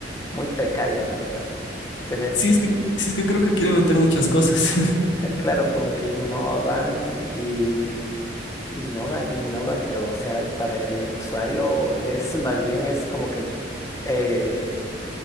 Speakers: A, on the left (about 15°); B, on the left (about 80°).
A: muy precaria, la verdad, ¿no? Tener,
B: Sí, es que, sí, es que creo que quiere meter muchas cosas. <laughs>
A: <laughs> claro, como que innovan y innovan, innovan, pero o sea, para el usuario es más bien es como que eh,